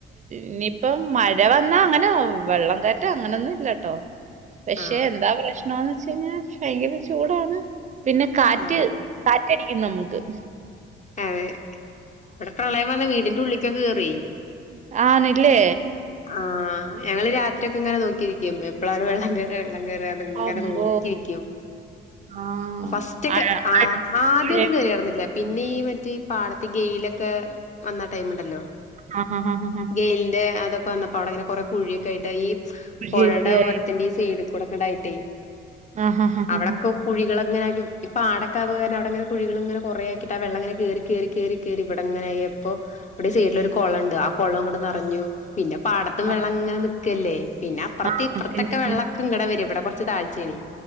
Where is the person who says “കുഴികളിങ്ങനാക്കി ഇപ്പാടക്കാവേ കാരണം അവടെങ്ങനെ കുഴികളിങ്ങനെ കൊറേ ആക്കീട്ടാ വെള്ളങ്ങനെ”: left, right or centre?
Left